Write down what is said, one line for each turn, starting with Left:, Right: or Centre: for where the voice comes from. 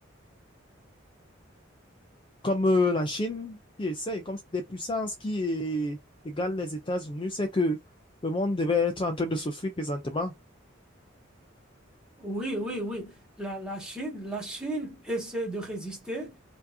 Left: comme euh, la Chine qui essaye, comme c'est des puissances qui é- égalent les États-Unis, c'est que le monde devait être en train de souffrir présentement.
Centre: Oui, oui, oui. La, la Chine, la Chine essaie de résister.